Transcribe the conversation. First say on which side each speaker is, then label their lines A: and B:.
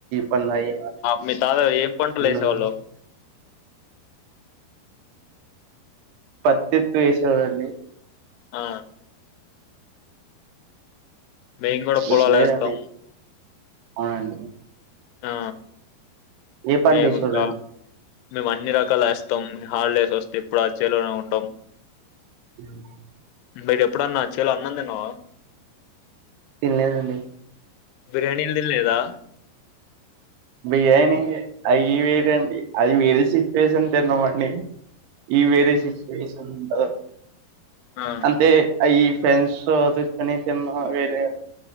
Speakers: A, on the right; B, on the left.
A: పనులు అయ్యి
B: మీ తాత ఏం పంట
A: ఉండదు
B: లేసేవాలు
A: పత్తి ఎఎక్కువ ఏసేవాడండి
B: ఆ మేము గుడా పొలలేస్తాం
A: ఇప్పుడు లేదండి అవునండి
B: ఆ
A: ఏ పంట
B: మేము
A: వేసేవారండి
B: ఇంకా మేము అన్ని రకాల ఏస్తాం మొత్తం హల్డేస్ వస్తే ఎప్పుడు ఆ చేలోనే ఉంటాం
A: హ్మ్
B: మీరెప్పుడన్నా చేల అన్నం తిన్నావ
A: తిన్ లేదండి
B: బిర్యానీలు తినలేదా
A: బియానీ అవి వేరండి అది వేరే సిచ్యువేషన్ తిన్నామండి. ఈ
B: ఆ
A: వేరే సిచ్యువేషన్ <unintelligible>
B: ఆ
A: అంతే ఆ ఈ ఫ్రెండ్స్ తెచ్చుకొని తిన్న వేరే